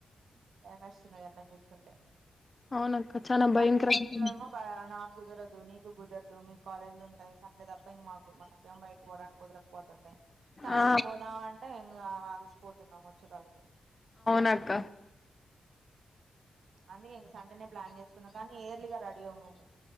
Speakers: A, on the right (about 75°); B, on the left (about 35°).
A: భయమేస్తుంది ఎండను చూస్తుంటే
B: అవునక్క చానా భయంకరంగా
A: సండే తప్తనేమో నా కుదరదు నీకు కుదరదు మీ కాలేజీ లున్ అంటే సండే తప్ప ఇంక మాకు మనకేమో బయట పోవడానికి కుదరకపోతుండే సాయంత్రం
B: ఆ
A: పోదాం అంటే ఇంకా అలసిపోతున్నం వచ్చెదలకి
B: నక్క
A: అందుకే ఇంక సండేనే ప్లాన్ చేసుకుందాం కానీ ఎయిర్లీగా రెడీ అవ్ నువ్వు